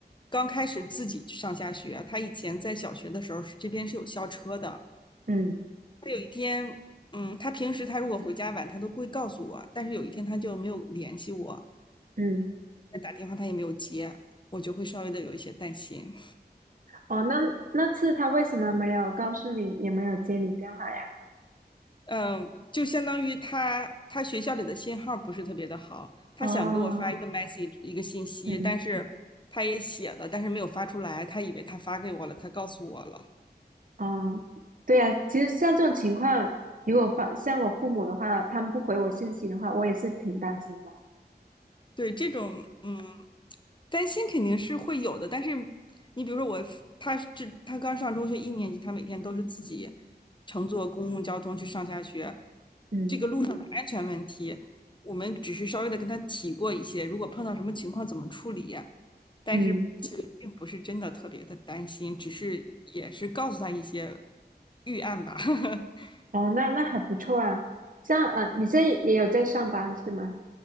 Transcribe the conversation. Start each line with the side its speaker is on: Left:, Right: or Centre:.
Left: 刚开始自己上下学。她以前在小学的时候这边是有校车的。
Right: 嗯
Left: 她有一天，嗯，她平时她如果回家晚，她都会告诉我，但是有一天她就没有联系我，
Right: 嗯，
Left: 打电话她也没有接，我就会稍微的有一些担心。
Right: 哦，那那次他为什么没有告诉你，也没有接你电话呀？
Left: 嗯，就相当于他他学校里的信号不是特别的好，他想给我发一个
Right: 哦，
Left: message 一个信息，
Right: 嗯。
Left: 但是他也写了，但是没有发出来，他以为他发给我了，他告诉我了。
Right: 嗯，对呀，其实像这种情况，如果发像我父母的话，他们不回我信息的话，我也是挺担心的。
Left: 对，这种嗯担心肯定是会有的，但是你比如说我，他这他刚上中学一年级，他每天都是自己乘坐公共交通去上下学，
Right: 嗯
Left: 这个路上的安全问题，我们只是稍微的跟他提过一些，如果碰到什么情况怎么处理。但是
Right: 嗯，
Left: 并不是真的特别的担心，只是也是告诉他一些预案吧。<laughs>
Right: 哦，那那还不错啊。像呃，你这也有在上班是吗？